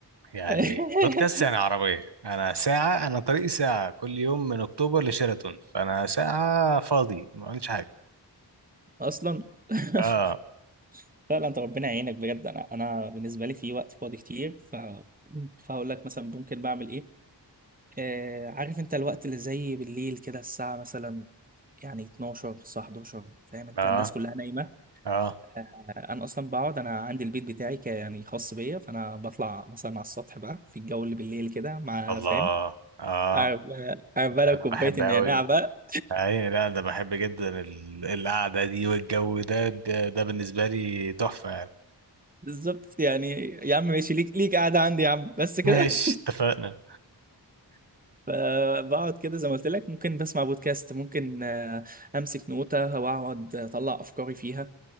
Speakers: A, on the right; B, on the right.
A: يعني
B: <laughs>
A: بودكاست يعني عربية أنا ساعة أنا طريقي ساعة كل يوم من أكتوبر لشيراتون فأنا ساعة فاضي ما عملتش حاجة
B: اصلا <laughs>
A: آه
B: فعلا انت ربنا يعينك بجد انا انا بالنسبه لي في وقت فاضي كتير ف فهقول لك مثلا ممكن بعمل ايه آه عارف انت الوقت اللي زي بالليل كده الساعه مثلا يعني 12 الساعه 11 فاهم انت
A: آه
B: الناس كلها نايمه
A: آه
B: آه، انا اصلا بقعد انا عندي البيت بتاعي ك- يعني خاص بيا فانا بطلع مثلا على السطح بقى في الجو اللي بالليل كده مع
A: الله
B: فاهم
A: آه
B: اعمل
A: ده
B: لك
A: أنا
B: كوبايه
A: بحب
B: النعناع
A: أوي
B: بقى
A: أي لا ده بحب جدا ال- القعدة دي والجو ده ده, ده بالنسبة لي تحفة يعني
B: بالظبط يعني يا عم ماشي ليك ليك قاعده عندي يا عم بس كده
A: ماشي اتفقنا
B: <laughs> فبقعد كده زي ما قلت لك ممكن بسمع بودكاست ممكن آه، امسك نوتة واقعد اطلع افكاري فيها